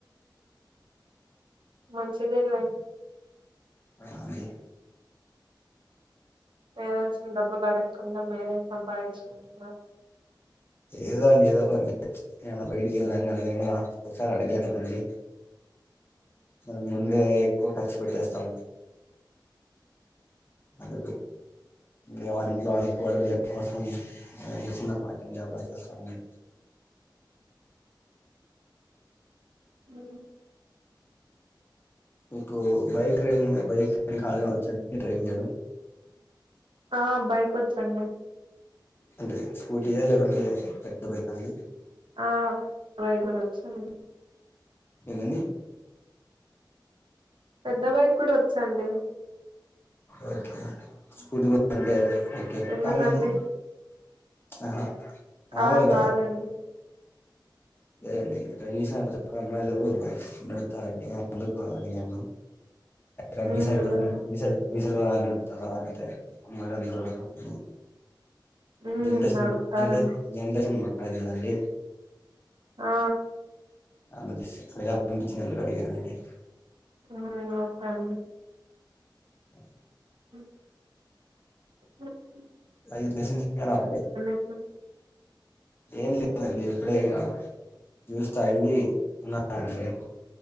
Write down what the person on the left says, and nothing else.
ఆ అండి
ఏదో అండి ఏదో ఏమన్న బయటికి ఎళ్లిన అందరిని ఒకసారి అడగలేము కద అండి. మరి ముందే ఎక్కువ ఖర్చు పెట్టేస్తాను అడుగు ఏమొ ఇంట్లో అడగ కూడదులే ప్రస్తుతం నిల్ చిన్న పార్ట్ టైం జాబ్ లా చేస్తానండి
మీకు బైక్ రైడింగ్ బైక్ కార్ గాని వచ్చా అండి. డ్రైవింగ్ చేయడం.
అంటే స్కూటీ యా లేకుంటే పెద్ద బైక్ అండి
ఎందండి
ఓకే స్కూటీ పోతాదంటే ఓకే
కారండి ఆహా మాములుగా
లేదండి కనీసం ప్రతి ఒక్కరు అమ్మాయిలు బైక్ నడుపుతారండి అందుకు అడిగాను రవి
సార్ గూడ నడ్ <unintelligible> అందరు కార్ నడుపుతా అంటే అమ్మాయిలు అందరు కార్
జనరేషన్
జనరేష జనరేషన్ మర్ అది గాదండి
అ జెసి అడగాలనిపించింది అందుకు అడిగానండి.
అ <unintelligible>
అది మెసేజీంగ్ గాని అప్లై
ఏం లేదండి ఇప్పుడే ఇగ జూస్ తాగి ఉన్నానండి.